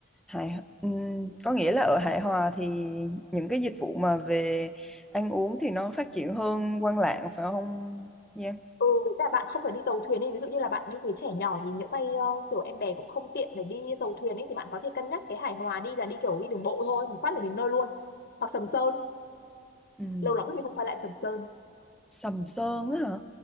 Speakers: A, in the centre; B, on the left.
A: hài ừm, có nghĩa là ở Hải Hòa thì những cái dịch vụ mà về ăn uống thì nó phát triển hơn Quan Lạng phải không Giang
B: ừ với cả bạn không phải đi tàu thuyền ấy ví dụ như là bạn đi với trẻ nhỏ thì những bay ờ, kiểu em bé cũng không tiện để đi tàu thuyền ấy thì bạn có thể cân nhắc cái Hải Hòa đi là đi kiểu đi đường bộ thôi một phát là đến nơi luôn hoặc Sầm Sơn
A: Ừm,
B: lâu lắm rồi mình không quay lại Sầm Sơn
A: Sầm Sơn á hả